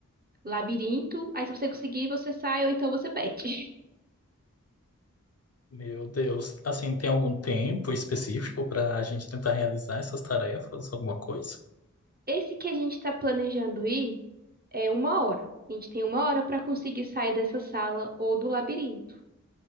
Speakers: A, on the right; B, on the left.
A: labirinto. Aí se você conseguir, você sai ou então você perde.
B: Meu Deus. Assim, tem algum tempo específico para a gente tentar realizar essas tarefas, alguma coisa?
A: Esse que a gente está planejando ir é uma hora. A gente tem uma hora para conseguir sair dessa sala ou do labirinto.